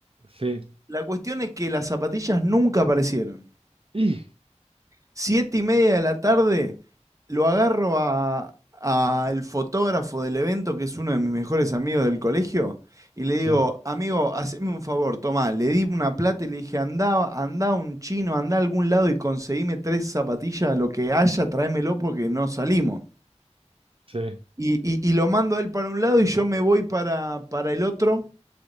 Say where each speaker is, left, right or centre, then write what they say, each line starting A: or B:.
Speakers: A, on the right; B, on the right.
A: sí,
B: La cuestión es que las zapatillas nunca aparecieron.
A: y,
B: Siete y media de la tarde lo agarro a, a el fotógrafo del evento, que es uno de mis mejores amigos del colegio, y le digo,
A: sí,
B: amigo, haceme un favor, tomá, le di una plata y le dije, andá, andá un chino, andá a algún lado y conseguime tres zapatillas, lo que haya, tráemelo porque no salimos.
A: sí,
B: Y, y- y lo mando a él para un lado y yo me voy para, para el otro